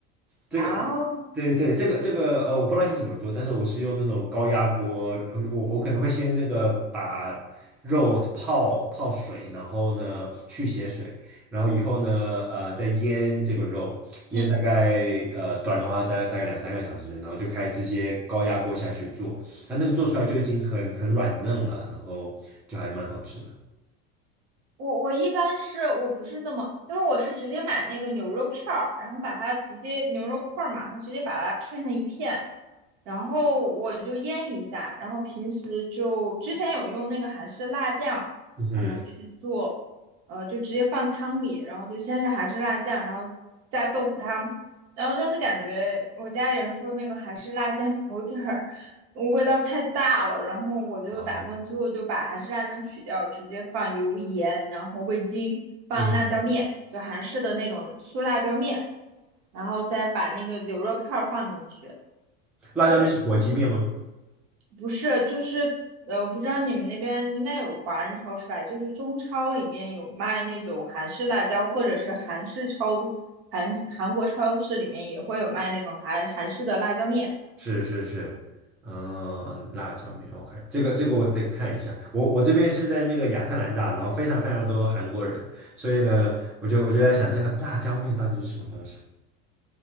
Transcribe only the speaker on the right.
啊，
嗯
我我一般是我不是这么，因为我是直接买那个牛肉片儿，然后把它直接牛肉块儿嘛，然后直接把它片成一片，然后我就腌一下，然后平时就之前有用那个韩式辣酱，
然后去做，呃，就直接放汤里，然后就先是韩式辣酱，然后加豆腐汤，然后但是感觉我家里人说那个韩式辣酱有点儿味道太大了，然后我就打算最后就把韩式辣酱取掉，
直接放油盐，然后味精，放辣椒面，
就韩式的那种粗辣椒面，然后再把那个牛肉片儿放进去。
对，不是，就是呃，我不知道你们那边应该有华人超市吧？就是中超里面有卖那种韩式辣椒，或者是韩式超韩韩国超市里面也会有卖那种韩韩式的辣椒面。